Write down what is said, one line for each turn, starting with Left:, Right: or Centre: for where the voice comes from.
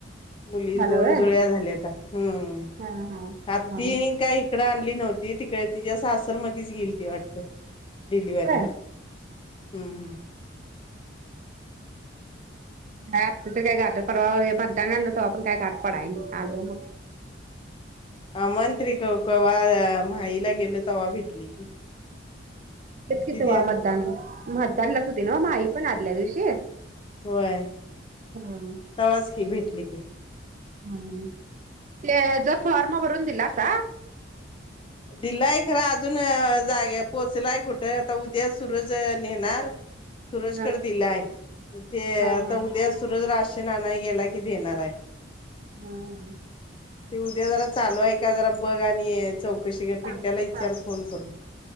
Left: मुली
Right: झालं
Left: दोन
Right: व्हय
Left: जुळ्या झाल्याता, हम्म,
Right: हा हा
Left: आत्ती
Right: हा
Left: काही इकडं आणली नव्हती, तिकडं तिच्या सासर मधीच गिलती वाटतं डिलिवरीला,
Right: व्हय
Left: हम्म.
Right: काय आत्ता तर काय गाठ, परवा मतदान आणलं तवा पण काय गाठ पडाय नाही, आलो मग.
Left: आमाना तर कवा, माहिला गेलो तव्हा भेटली ती.
Right: तेच की
Left: दिदी
Right: तवा
Left: आता
Right: मतदान, मतदानलाच होती नवं माहिपण आदल्या दिवशी.
Left: व्हय,
Right: हम्म
Left: तवाच की भेटली ती.
Right: हम्म, ते हचा फॉर्म भरून दिलासा?
Left: दिलंय खरं अजून जागे पोहोचलाय कुठं, आता उद्या सुरज नेणार सूरजकडं
Right: हा
Left: दिलाय, ते
Right: हा
Left: आता
Right: हा
Left: उद्या सूरज राशन आणाय गेला की देणार हाय.
Right: <inaudible>
Left: ते उद्या जरा चालू आहे का जरा बघ, आणि चौक कशी काय
Right: सांगतो
Left: पिट्याला
Right: सांग
Left: विचार फोन करून,